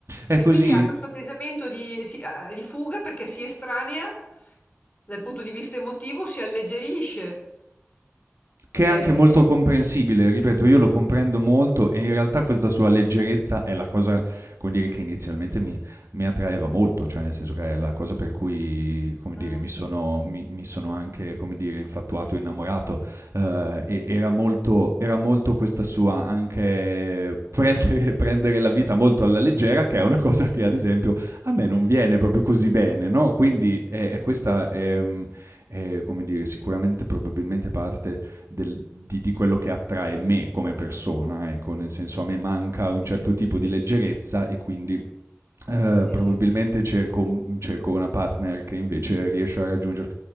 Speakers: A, on the right; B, on the left.
A: è
B: E
A: così,
B: quindi ha questo atteggiamento di si uhm, di fuga perché si estranea dal punto di vista emotivo, si alleggerisce,
A: Che
B: ehm,
A: è anche molto comprensibile,
B: su
A: ripeto, io lo comprendo molto e in realtà questa sua leggerezza è la cosa, come dire, che inizialmente mi, mi attraeva molto, cioè nel senso che è la cosa per cui, come
B: mh,
A: dire, mi sono, mi, mi sono anche, come dire, infatuato, innamorato. eh, e era molto, era molto questa sua anche prendere, <laughs> prendere la vita molto alla leggera, che è una cosa che ad esempio a me non viene proprio così bene, no? Quindi è, è questa... ehm, è, come dire, sicuramente probabilmente parte del- di, di quello che attrae me come persona, ecco, nel senso a me manca un certo tipo di leggerezza e quindi eh,
B: sì,
A: probabilmente
B: sì,
A: cerco, un- cerco una partner che invece riesce a raggiungere